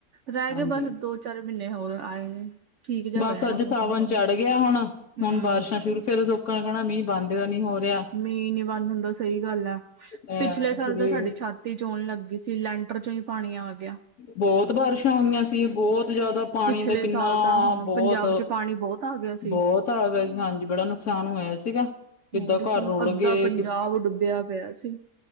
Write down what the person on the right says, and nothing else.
ਰਹਿ
ਗਏ ਬਸ ਦੋ-ਚਾਰ ਮਹੀਨੇ ਹੋਰ ਆਏ ਨੇ ਠੀਕ ਜਿਹਾ
ਹੋ ਜਾਣਾ
ਮੌਸਮ
ਫੇਰ
ਹੂੰ,
ਮੀਂਹ ਨੀ ਬੰਦ ਹੁੰਦਾ ਸਈ ਗੱਲ ਆ,
ਪਿਛਲੇ ਸਾਲ ਤਾਂ ਸਾਡੀ ਛਾਤ ਈ ਚੋਣ ਲੱਗੀ ਸੀ, ਲੈਂਟ ਵਿਚੋਂ ਵੀ ਪਾਣੀ ਆ ਗੇਆ।
ਪਿਛਲੇ
ਸਾਲ ਤਾਂ
ਹਾਂ
ਪੰਜਾਬ ਚ ਪਾਣੀ ਬਹੁਤ ਆ ਗਿਆ ਸੀ।
ਹੋਰ
ਕੀ,
ਅੱਦਾ
ਪੰਜਾਬ ਡੁੱਬੇਆ ਪੇਆ ਸੀ।